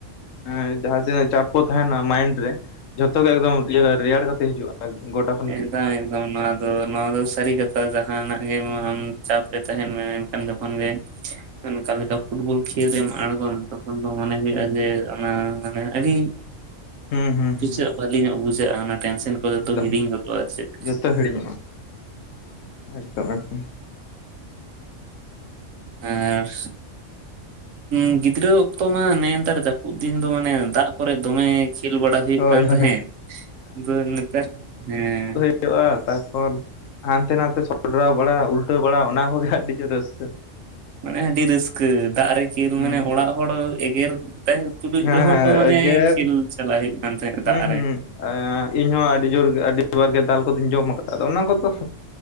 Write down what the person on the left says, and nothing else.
ᱦᱮᱸ ᱡᱟᱦᱟᱸᱛᱤᱱᱟᱹᱜ ᱪᱟᱯ ᱠᱚ ᱛᱟᱦᱮᱱᱟ ᱢᱟᱭᱤᱱᱰ ᱨᱮ, ᱡᱷᱚᱛᱚ ᱜᱮ ᱮᱠᱫᱚᱢ ᱨᱮᱭᱟᱲ ᱠᱟᱛᱮ ᱦᱤᱡᱩᱜᱼᱟ᱾ ᱜᱚᱴᱟ
ᱦᱩᱸ
ᱦᱩᱸ
ᱦᱩᱸ
ᱦᱩᱸ ᱦᱩᱸ ᱦᱩᱸ
ᱦᱩᱸ
ᱮᱠᱫᱚᱢ
ᱡᱚᱛᱚ ᱦᱤᱲᱤᱧᱚᱜᱼᱟ ᱮᱠᱫᱚᱢ ᱮᱠᱫᱚᱢ
ᱦᱳᱭ
ᱦᱳᱭ
<unintelligible> ᱦᱼᱟ ᱛᱟᱨᱯᱚᱨ ᱦᱟᱱᱛᱮ ᱱᱟᱛᱮ ᱥᱚᱰᱨᱟᱣ ᱵᱟᱲᱟ ᱩᱞᱴᱟᱹ ᱵᱟᱲᱟ ᱚᱱᱟ ᱠᱚᱜᱮ ᱟᱹᱰᱤ ᱡᱳᱨ ᱨᱟᱹᱥᱠᱟᱹ᱾
ᱦᱩᱸ
ᱦᱩᱸ
ᱦᱮᱸ
ᱦᱮᱸ
ᱮᱜᱮᱨ
ᱦᱩᱸ
ᱦᱩᱸ
ᱤᱧᱦᱚᱸ ᱟᱹᱰᱤ ᱡᱳᱨ ᱟᱹᱰᱤ ᱵᱟᱨ ᱜᱮ ᱫᱟᱞ ᱠᱚᱫᱚᱧ ᱡᱚᱢ ᱟᱠᱟᱫᱟ ᱟᱫᱚ ᱚᱱᱟ ᱠᱚᱫᱚ